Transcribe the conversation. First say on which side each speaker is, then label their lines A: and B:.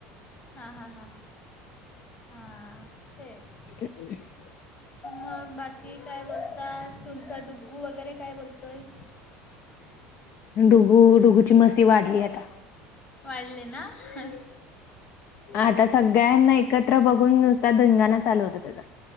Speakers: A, on the left; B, on the left.
A: हां हां हां हा तेच
B: तिथेच बस
A: मग बाकी काय बोलता तुमचा डु्गू वगैरे काय बोलतोय
B: डुगू डुगूची मस्ती वाढली आता
A: वाले ना हा
B: आता सगळ्यांना एकत्र बघून नुसता धिंगाणा चालू होत होता